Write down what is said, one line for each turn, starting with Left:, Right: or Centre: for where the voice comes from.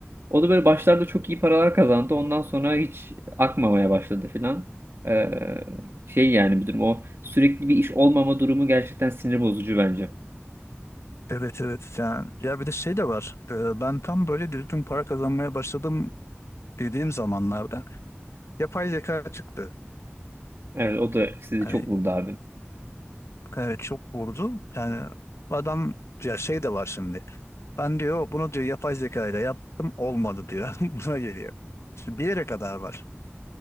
Right: O da böyle başlarda çok iyi paralar kazandı. Ondan sonra hiç akmamaya başladı filan. Ee, şey yani bir durum o sürekli bir iş olmama durumu gerçekten sinir bozucu bence.
Left: Evet evet. Yani, ya bir de şey de var. E, ben tam böyle düzgün para kazanmaya başladım dediğim zamanlarda yapay zeka çıktı.
Right: Evet o da sizi
Left: Hani
Right: çok vurdu abi.
Left: Evet çok vurdu. Yani adam ya şey de var şimdi. Ben diyor bunu diyor yapay zeka ile yaptım olmadı diyor. <laughs> Buna geliyor. Şimdi bir yere kadar var.